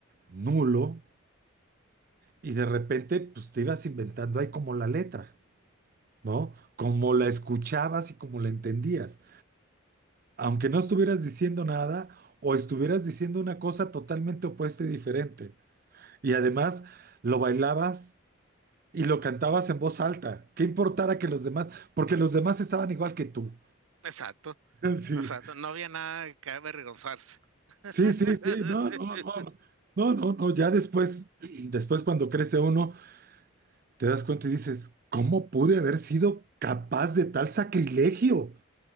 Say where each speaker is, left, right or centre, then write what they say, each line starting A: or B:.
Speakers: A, on the right; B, on the right.
A: nulo y de repente pues te ibas inventando ahí como la letra, ¿no? Como la escuchabas y como la entendías. aunque no estuvieras diciendo nada o estuvieras diciendo una cosa totalmente opuesta y diferente. Y además lo bailabas y lo cantabas en voz alta. ¿Qué importara que los demás, porque los demás estaban igual que tú?
B: Exacto,
A: Entonces,
B: exacto. No había nada que avergonzarse.
A: <laughs>
B: <laughs>
A: sí, sí, sí, sí, no, no, no, no, no, no, ya después, después cuando crece uno, te das cuenta y dices, ¿cómo pude haber sido capaz de tal sacrilegio?